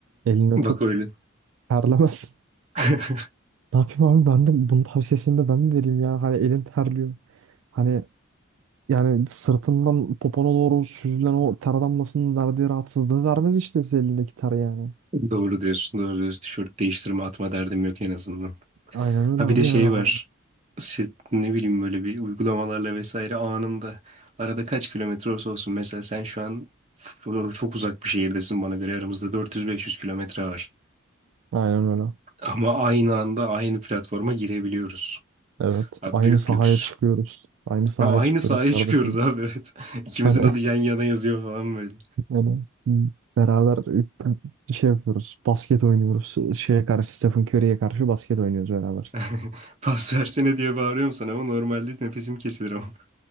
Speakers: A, on the right (about 75°); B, on the right (about 35°).
A: Eline
B: Bak
A: tut.
B: öyle.
A: Terlemez. <laughs>
B: <laughs>
A: Ne yapayım abi ben de bunun tavsiyesini de ben mi vereyim ya? Hani elin terliyor. Hani yani sırtından popona doğru süzülen o ter damlasının verdiği rahatsızlığı vermez işte size elindeki ter yani.
B: Doğru diyorsun, doğru diyorsun. Tişört değiştirme atma derdim yok en azından.
A: Aynen öyle
B: Ha
A: abi
B: bir de şey
A: yani hani.
B: var. Şey, ne bileyim böyle bir uygulamalarla vesaire anında arada kaç kilometre olsa olsun. Mesela sen şu an çok uzak bir şehirdesin bana göre aramızda 400-500 kilometre var.
A: Aynen öyle.
B: Ama aynı anda aynı platforma girebiliyoruz.
A: Evet.
B: Abi
A: Aynı
B: büyük
A: sahaya
B: lüks.
A: çıkıyoruz. Aynı sahaya
B: Ha, aynı
A: çıkıyoruz
B: sahaya
A: kardeşim.
B: çıkıyoruz abi evet. <laughs> İkimizin
A: Hani
B: adı
A: <laughs>
B: yan yana yazıyor falan böyle.
A: Onu beraber şey yapıyoruz. Basket oynuyoruz. Şeye karşı Stephen Curry'ye karşı basket oynuyoruz beraber.
B: <laughs> Pas versene diye bağırıyorum sana ama normalde nefesim kesilir ama.